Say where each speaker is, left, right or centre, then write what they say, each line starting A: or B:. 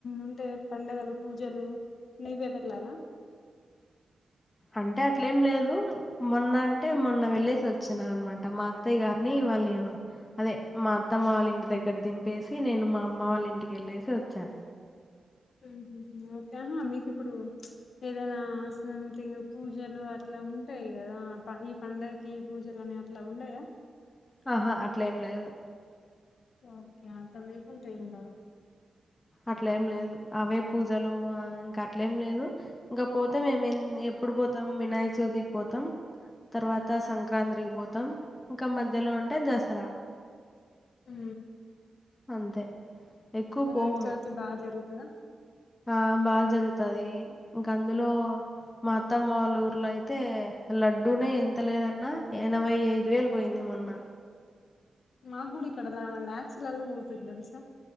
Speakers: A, on the left; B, on the left.
A: ఉంటే పండగలు పూజలు నీవే వెళ్ళాలా
B: అంటే అట్లేం లేదు మొన్న అంటే మొన్న వెళ్లేేసి వచ్చినా అనమాట మా అత్తయ్య గారిని వాళ్ళ అదే మా అత్తమ్మ వాళ్ళ ఇంటి దగ్గర దింపేసి నేను మా అమ్మ వాళ్ళ ఇంటికేళ్ళేసి వచ్చా
A: ఉహు ఓకే ఆహా మీకు ఇప్పుడు ప్చ్ ఏదైనా సంథింగ్ పూజలు అట్లా ఉంటాయి కదా ఈ పండగకి పూజలు అనే ఇట్లా ఉండయా
B: ఆహా అట్లే ఏం లేదు
A: ఓకే అంత లేకుంటే ఏం కాదు
B: అట్లేం లేదు అవే పూజలు ఇంకా అట్లేం లేదు ఇంగ పోతే మేము ఎన్ ఎప్పుడు పోతాం వినాయక చవితికి పోతాం తర్వాత సంక్రాంతి పోతాం ఇంకా మధ్యలో అంటే దసరా
A: ఉ
B: అంతే ఎక్కువ
A: వినాయక
B: పోము
A: చవితి బాగా జరుగుతదా
B: ఆ బాగా జరుగుతది ఇంకా అందులో మా అత్తమ్మ వాళ్ళ ఊర్లో అయితే లడ్డూనే ఎంత లేదన్నా ఎనభై ఐదు వేలు పోయింది మొన్న
A: మా కూడా ఇక్కడ లా ల్యాక్స్ లాల్లో పోతాది తెలుసా